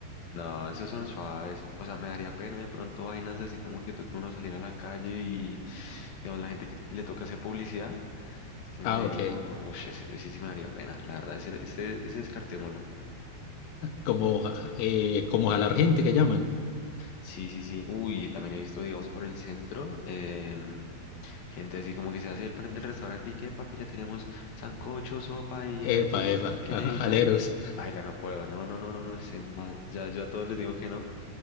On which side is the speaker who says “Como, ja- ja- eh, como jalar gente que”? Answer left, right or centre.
Left